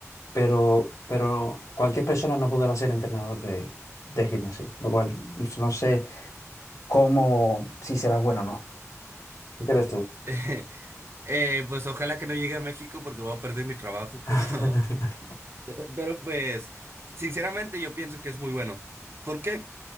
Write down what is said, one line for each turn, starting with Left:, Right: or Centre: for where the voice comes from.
Left: Pero, pero cualquier persona no podrá ser entrenador de, de gimnasio, lo cual no sé cómo, si será bueno o no. ¿Qué crees tú?
Right: <laughs> Eh, pues ojalá que no llegue a México porque voy a perder mi trabajo, pero,
Left: <laughs>
Right: <laughs> pero pues sinceramente yo pienso que es muy bueno. ¿Por qué?